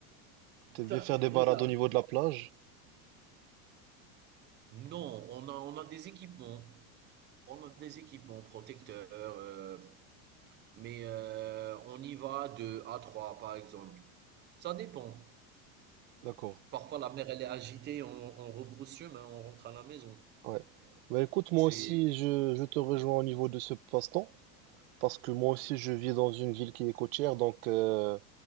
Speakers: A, on the right; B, on the right.
A: t'aimes bien
B: Ta
A: faire
B: regarde,
A: des balades au niveau de la plage.
B: non, on a on a des équipements, on a des équipements protecteurs, heu, mais heu, on y va de à 3 par exemple. Ça dépend.
A: D'accord.
B: Parfois la mer elle est agitée, on on rebrousse chemin, on rentre à la maison.
A: Ouais. Bah écoute, moi
B: C'est
A: aussi, je, je te rejoins au niveau de ce passe-temps, parce que moi aussi, je vis dans une ville qui est côtière, donc euh,